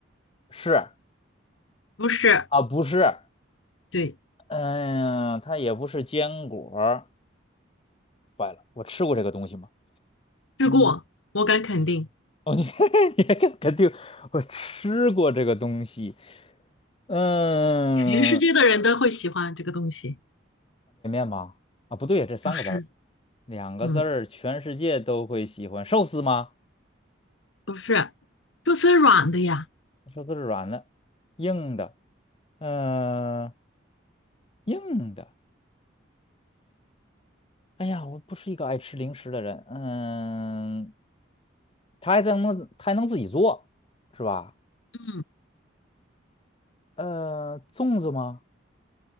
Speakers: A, on the left; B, on the left.
A: 是
B: 不是？
A: 啊，不是，
B: 对，
A: 嗯，它也不是坚果儿。坏了，我吃过这个东西吗？
B: 吃过，
A: 嗯
B: 我敢肯定，
A: <laughs>，哦，你 <laughs> 你还敢肯定我吃过这个东西？嗯，
B: 全世界的人都会喜欢这个东西，
A: 妈啊，不对呀，这三个字儿，
B: 不是，
A: 两个字儿，
B: 嗯，
A: 全世界都会喜欢寿司吗？
B: 不是，就是软的呀，
A: 寿司是软的，硬的，嗯、硬的。哎呀，我不是一个爱吃零食的人，嗯，他还真能他还能自己做，是吧？
B: 嗯，
A: 呃，粽子吗？